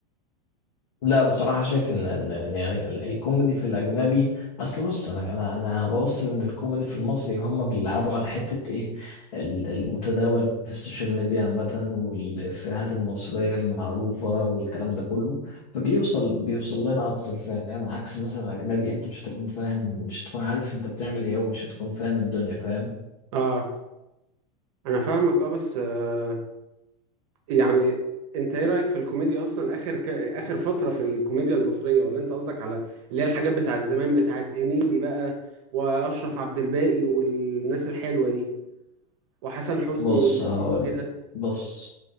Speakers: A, on the left; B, on the right.
A: لا بصراحة شايف إن إن- إن يعني ال- الكوميدي في الأجنبي أصل بص أنا أنا أنا بوصل إن الكوميدي في المصري هم بيلعبوا على حتة إيه ال- المتداول في السوشيال ميديا عامة والإفيهات المصرية المعروفة والكلام ده كله فبيوصل بيوصل لنا أكتر فاهم عكس مثلا الأجنبي أنت مش هتكون فاهم مش هتكون عارف أنت بتعمل إيه ومش هتكون فاهم الدنيا فاهم
B: اه انا فاهمك اه بس آه يعني انت ايه رايك في الكوميديا اصلا اخر ك... اخر فتره في الكوميديا المصريه ولا انت قصدك على اللي هي الحاجات بتاع زمان بتاعت هنيدي بقى واشرف عبد الباقي والناس الحلوه دي وحسن حسني
A: بص
B: واللمبي
A: هقول
B: وكده
A: بص